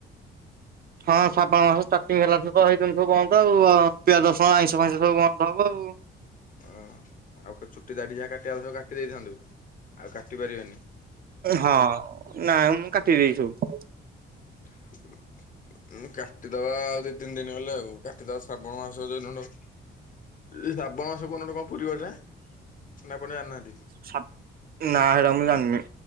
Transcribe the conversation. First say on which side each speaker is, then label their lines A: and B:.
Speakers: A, on the right (about 50°); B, on the left (about 40°).
A: ହଁ ଶ୍ରାବଣ ମାସ ଷ୍ଟାର୍ଟିଂ ହେଲାଠୁତ ହେଇଦିନ ଠୁ ବନ୍ଦ, ଆଉ ପିଆଜ ରଶୁଣ, ଆଇଁଷ ଫାଇଁଷ, ସବୁ ବନ୍ଦ ହବ ଆଉ।
B: ଓ, ଆଉ ଚୁଟି ଦାଡି ଯାହା କାଟିବା ସବୁ କାଟି ଦେଇଥାନ୍ତୁ, ଆଉ କାଟି ପାରିବେନି।
A: ହଁ, ନାଇଁ ମୁଁ କାଟି ଦେଇଚି ସବୁ।
B: <unintelligible> ଉଁ କାଟିଦବା ଆଉ ଦି ତିନ୍ ଦିନ୍ ଗଲେ ଆଉ, କାଟିଦବା ଶ୍ରାବଣ ମାସ ଜ‌ଉନୁଠୁ ଶ୍ରାବଣ ମାସ କଉନଠୁ କଣ ପୁରିବ ଏଟା, ନା ଆପଣ ଜାଣିନାହାନ୍ତି?
A: ସା ନା ହେରା ମୁଁ ଯାନି।